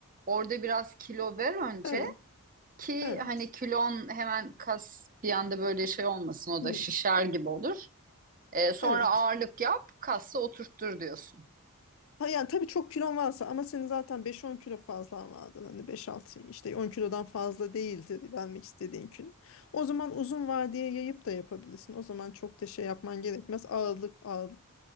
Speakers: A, on the right; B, on the left.
A: orada biraz kilo ver önce
B: Evet.
A: ki
B: Evet.
A: hani kilon hemen kas bir anda böyle şey olmasın, o
B: Hı,
A: da şişer gibi olur. E, sonra
B: Evet.
A: ağırlık yap, kası oturttur diyorsun.
B: Ha yani tabii çok kilon varsa ama senin zaten beş on kilo fazlan vardı. Hani beş altı işte 10 kilodan fazla değildi vermek istediğin kilo. O zaman uzun vadeye yayıp da yapabilirsin. O zaman çok da şey yapman gerekmez. Ağırlık, ağır,